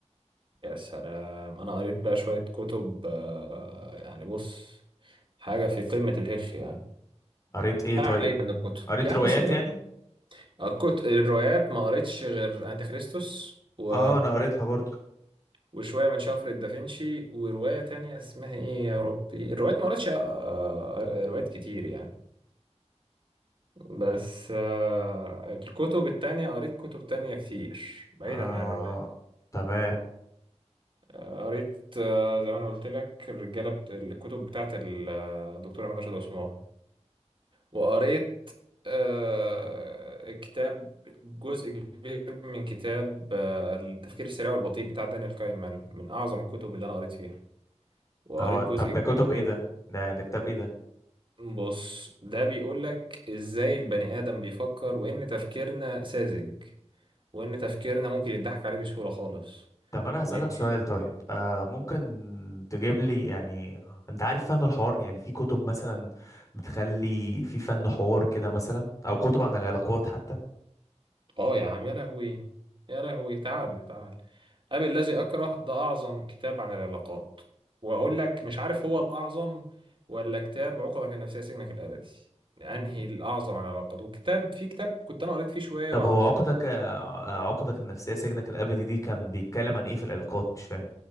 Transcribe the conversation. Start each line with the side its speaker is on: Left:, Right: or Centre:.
Right: يا سلام انا قريت بقى شوية كتب آه يعني بص حاجة في قمة الهخ يعني
Left: قريت إيه
Right: لا
Left: طيب
Right: علينا من الكتب
Left: قريت
Right: يا عم
Left: روايات
Right: سيبك
Left: يعني
Right: كنت الروايات ما قريتش غير انت كريستوس و...
Left: آه أنا قريتها برضو
Right: وشويه من شفرة دافنشي وروايه تانية اسمها ايه يا ربي الروايات ما قريتش آه، آه، روايات كتير يعني بس آه، الكتب التانية قريت كتب تانية كتير بعيدا
Left: آه
Right: عن الروايات
Left: تمام
Right: آه، قريت آه، زي ما انا قلت لك الرجاله بت... الكتب بتاعت الدكتور عماد رشاد عثمان وقريت آه، كتاب جزء كبير من كتاب آه، التفكير السريع والبطيء بتاع دانيال كاينمان من أعظم الكتب اللي أنا قريت فيها وقريت
Left: آه
Right: جزء
Left: طب ده
Right: كبير
Left: كتب
Right: من
Left: إيه ده ده ده كتاب إيه ده
Right: بص ده بيقول لك إزاي البني آدم بيفكر وإن تفكيرنا ساذج وإن تفكيرنا ممكن يضحك عليه بسهولة خالص
Left: طب انا هسألك
Right: وإن
Left: سؤال طيب آه ممكن تجيب لي يعني انت عارف فن الحوار يعني في كتب مثلا بتخلي في فن حوار كده مثلا او كتب عن العلاقات حتى
Right: اه يا عم يا لهوي يا لهوي تعال تعال أبي الذي أكره ده أعظم كتاب عن العلاقات وأقول لك مش عارف هو الأعظم ولا كتاب عقدك النفسية سجنك الأبدي أنهي
Left: مم.
Right: الأعظم عن العلاقات وكتاب في كتاب كنت أنا قريت فيه شوية
Left: طب
Right: وعلى
Left: هو
Right: ما أظن
Left: عقدك آه، عقدك النفسية سجنك الابدي دي كان بيتكلم عن ايه في العلاقات مش فاهم